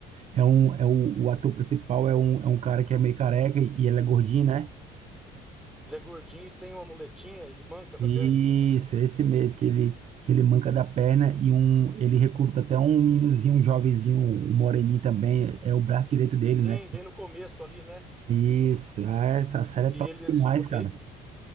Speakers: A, on the right; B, in the centre.
A: É, é um, é o, o ator principal é um, é um cara que é meio careca e ele é gordinho, né?
B: Ele é gordinho e tem uma muletinha, ele manca
A: Isso,
B: da perna.
A: esse mês que ele, que ele manca da perna e um, ele recruta até um meninozinho, um jovenzinho, um moreninho também, é o braço direito dele, né?
B: Sim, bem no começo ali, né?
A: Isso, ah, essa série é top
B: E eles,
A: demais,
B: o-
A: cara.
B: e-